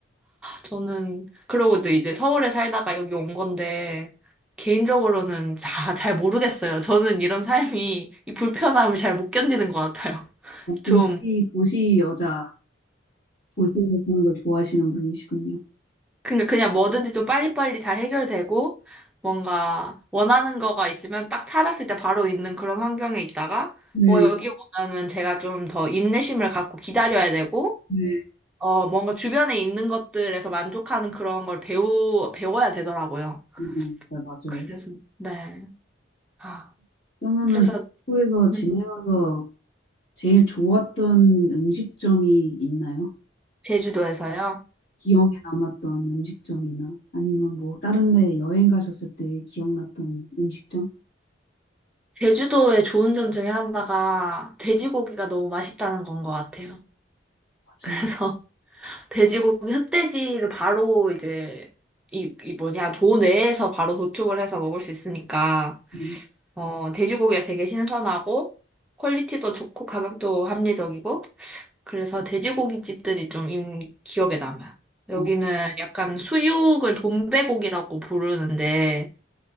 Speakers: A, in the centre; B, on the left (about 80°).
A: 저는, 그러고도 이제 서울에 살다가 여기 온 건데, 개인적으로는 자, 잘 모르겠어요. 저는 이런 삶이, 이 불편함을 잘 못 견디는 것 같아요.
B: 음,
A: 좀,
B: 도시 도시 여자 도시에서 사는 걸 좋아하시는 분이시군요.
A: 그러니까 그냥 뭐든지 좀 빨리빨리 잘 해결되고 뭔가 원하는 거가 있으면 딱 찾았을 때 바로 있는 그런 환경에 있다가
B: 네,
A: 뭐 여기 오면은 제가 좀 더 인내심을 갖고 기다려야 되고
B: 네.
A: 어 뭔가 주변에 있는 것들에서 만족하는 그런 걸 배우 배워야 되더라고요.
B: 어, 네, 맞아요.
A: 그래서 네. 아,
B: 그러면은
A: 그래서
B: 도쿄에서
A: 네,
B: 지내면서 제일 좋았던 음식점이 있나요?
A: 제주도에서요.
B: 기억에 남았던 음식점이나 아니면 뭐 다른 데 여행 가셨을 때 기억났던 음식점?
A: 제주도의 좋은 점 중에 하나가 돼지고기가 너무 맛있다는 건 것 같아요.
B: 맞아요.
A: 그래서 돼지고기 흑돼지를 바로 이제 이, 이 뭐냐 도 내에서 바로 도축을 해서 먹을 수 있으니까
B: 음,
A: 어 돼지고기가 되게 신선하고 퀄리티도 좋고 가격도 합리적이고 그래서 돼지고기 집들이 좀 인- 기억에 남아요. 여기는
B: 어,
A: 약간 수육을 돈베고기라고 부르는데